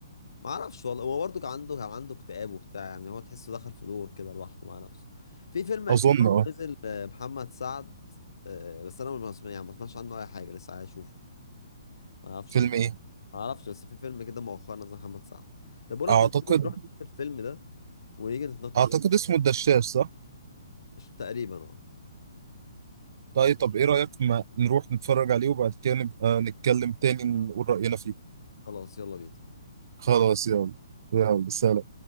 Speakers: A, on the left (about 65°); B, on the right (about 50°).
A: ما اعرفش والله هو برضه كان عنده كان عنده اكتئاب وبتاع يعني هو تحسه دخل في دور كده لوحده مع نفسه في فيلم اخير
B: اظن اه
A: برضه نزل آه، محمد سعد آه، بس انا ما سمع- يعني ما سمعتش عنه اي حاجه لسه عايز اشوفه ما اعرفش
B: فيلم
A: ما
B: ايه
A: اعرفش بس في فيلم كده مؤخرا نزل محمد سعد طب بقول لك
B: اعتقد
A: إيه، نروح نشوف الفيلم ده ونيجي نتناقش
B: اعتقد
A: فيه
B: اسمه الدشاش صح
A: تقريبا اه
B: طيب طب ايه رايك ما نروح نتفرج عليه وبعد كده نبقى نتكلم تاني نقول راينا فيه
A: خلاص يلا بينا
B: خلاص يلا يلا سلام